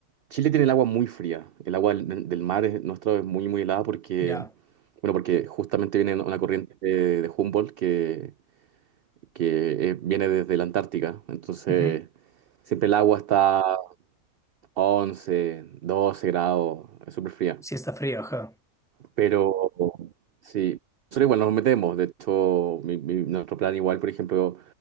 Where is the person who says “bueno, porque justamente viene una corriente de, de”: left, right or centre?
Right